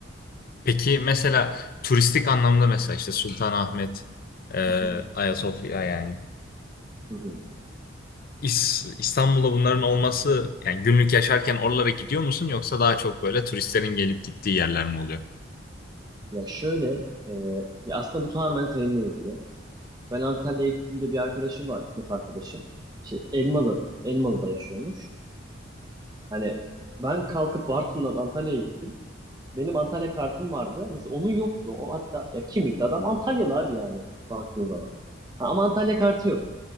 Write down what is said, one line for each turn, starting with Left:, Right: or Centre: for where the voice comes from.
Left: Peki mesela turistik anlamda mesela işte Sultanahmet, e,
Right: Hı hı,
Left: Ayasofya yani.
Right: hı hı.
Left: İs- İstanbul'da bunların olması yani günlük yaşarken oralara gidiyor musun yoksa daha çok böyle turistlerin gelip gittiği yerler mi oluyor?
Right: Ya şöyle e, ya aslında bu tamamen seninle ilgili. Ben Antalya'ya gittiğimde bir arkadaşım vardı, sınıf arkadaşım. Şey, Elmalı, Elmalı'da yaşıyormuş. Hani ben kalkıp Bartın'dan Antalya'ya gittim. Benim Antalya kartım vardı. Mesela onun yoktu. O hatta ya kimlikli adam Antalyalı abi yani baktığın zaman. Ha, ama Antalya kartı yok.